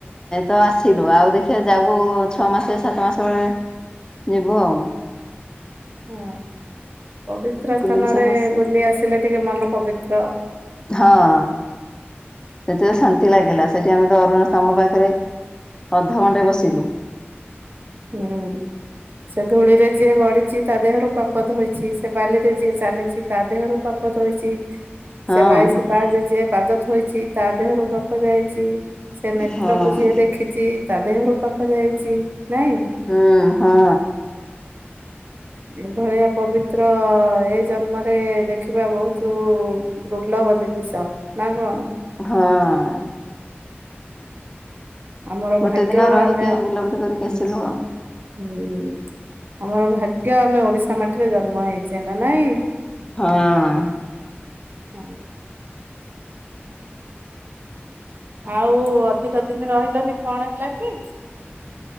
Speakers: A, on the left; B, on the right.
A: ତ ଆସିଲୁ ଆଉ ଦେଖିଆ ଯା <unintelligible> ଛଅ ମାସେ ସାତ ମାସେ <unintelligible> ଯିବୁ ଆଉ।
B: ହୁଁ। ପବିତ୍ର ସ୍ଥାନରେ
A: ବୁଲିକି ସବୁ ଆସିବୁ।
B: ବୁଲି ଆସିଲେ ଟିକେ ମନ ପବିତ୍ର।
A: ହଁ ସେଠି ତ ଶାନ୍ତି ଲାଗିଲା, ସେଠି ଆମେ ତ ଅରୁଣସ୍ତମ୍ଭ ପାଖରେ ଅଧଘଣ୍ଟେ ବସିଲୁ।
B: ହୁଁ। ସେ ଧୂଳିରେ ଯିଏ ଗଡିଛି ତା ଦେହରୁ ପାପ ଧୋଇଛି। ସେ ବାଲିରେ ଯିଏ ଚାଲିଛି ତା ଦେହରୁ ପାପ ପାପ ଧୋଇଛି।
A: ହଁ
B: ସେ ବାଇଶି ପାହଚରେ ଯିଏ ପାଦ ଥୋଇଛି ତା ଦେହରୁ ପାପ ଯାଇଛି। ସେ ନେତ୍ରକୁ
A: ହଁ।
B: ଯିଏ ଦେଖିଛି ତା ଦେହରୁ ପାପ ଯାଇଛି। ନାଇଁ।
A: ହୁଁ - ହଁ।
B: ଏଭଳିଆ ପବିତ୍ର ଏ ଜନ୍ମରେ ଦେଖିବା ବହୁତ ଦୁର୍ଲ ଭ ଜିନିଷ ନା କଣ?
A: ହଁ।
B: ଆମର
A: ଗୋଟେ
B: ଭାଗ୍ୟ
A: ଦିନ ରହିକି
B: ଆମେ ହୁଁ
A: ବୁଲାବୁଲି କରିକି ଆସିଲୁ ଆଉ।
B: - ହୁଁ। ଆମର ଭାଗ୍ୟ ଆମେ ଓଡିଶା ମାଟିରେ ଜନ୍ମ ହେଇଛେ ନା ନାଇଁ।
A: ହଁ।
B: ହୁଁ। ଆଉ ଅଧିକଦିନ ରହିଲନି କଣ ହେଲା କି?